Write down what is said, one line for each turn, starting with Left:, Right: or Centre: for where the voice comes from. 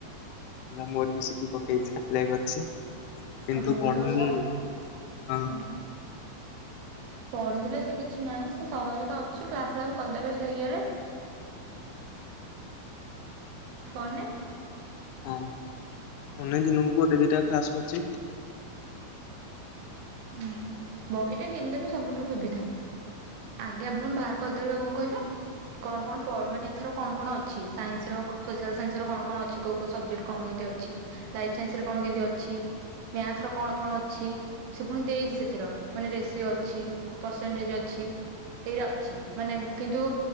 Left: ହେଲା ମୋର ବି ସି ଟି ପକେଇଛି, ଆପ୍ଲାଏ କରିଛି। କିନ୍ତୁ
Right: ଓହୋ
Left: ପଢୁନି
Right: ଏ ବର୍ଷ
Left: ଆ
Right: ଓ ପଢିଥିଲେ ସେ କିଛି ନାହିଁ ସେ ସହଜ ତ ଅଛି, କ୍ଲାସ ଫ୍ଲାସ କରିଦେବେ ସେ ଇଏରେ। ଫୋନ ରେ।
Left: ହଁ ଅନେକ ଦିନକୁ ଗୋଟେ ଦିଟା କ୍ଲାସ କରୁଛି।
Right: ହଁ ବହିଟା କିଣିଦେବେ ସବୁଠୁ ସୁବିଧା। ଆଜ୍ଞା ଆପଣ ବାହାର କରିଦେବେ, କଣ କହିଲେ? କଣ କଣ ପ ମାନେ ଏଥର କଣ କଣ ଅଛି? ସାଇନ୍ସର ସୋସିଆଲ ସାଇନ୍ସ କଣ କଣ ଅଛି? କୋଉ କୋଉ ସବଜେକ୍ଟ କଣ କେମିତି ଅଛି? ଲାଇଫ ସାଇନ୍ସରେ କଣ କେମିତି ଅଛି, ମ୍ୟାଥର କଣ କଣ ଅଛି? ସେ ପୁଣି ଦେଇଛି ସେଥିର ମାନେ ରେସିଓ ଅଛି, ପରସେଣ୍ଟେଜ ଅଛି। ଏଇଟା ଅଛି ମାନେ କିନ୍ତୁ